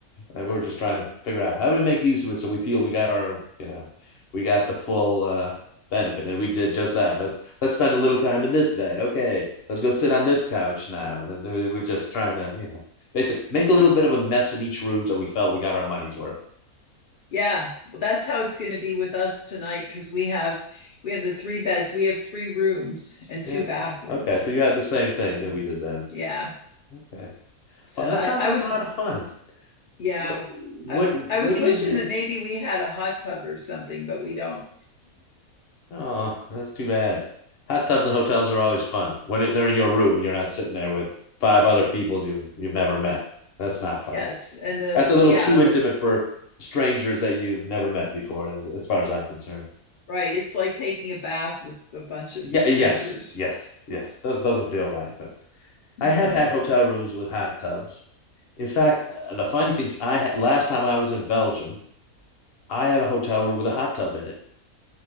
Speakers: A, on the left; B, on the left.
A: and we were just trying to figure out how do we make use of it so we feel we got our you know we got the full uh, benefit and we did just that let's let's spend a little time in this bed okay let's go sit on this couch now and then we're just trying to you know basically make a little bit of a mess in each room so we felt we got our money's worth
B: Yeah, well, that's how it's going to be with us tonight because we have we have the three beds, we have three rooms and
A: yeah
B: two bathrooms.
A: okay so you had the same
B: So,
A: thing that we did then
B: yeah.
A: okay
B: So
A: well that
B: I,
A: sounds
B: I
A: like
B: was,
A: a lot of fun
B: yeah,
A: what what
B: I, I was
A: what do
B: wishing
A: you do
B: that maybe we had a hot tub or something, but we don't.
A: Oh, that's too bad. Hot tubs and hotels are always fun when it, they're in your room and you're not sitting there with five other people you've you've never met. That's not fun.
B: Yes. And the,
A: That's a little
B: yeah,
A: too
B: the,
A: intimate for strangers that you've never met before, as, far as I'm concerned.
B: right. It's like taking a bath with a bunch of
A: Yeah,
B: strangers.
A: yes, yes, yes. Does doesn't feel right, but
B: Mhm.
A: I have had hotel rooms with hot tubs. In fact, the funny things I had last time I was in Belgium, I had a hotel room with a hot tub in it,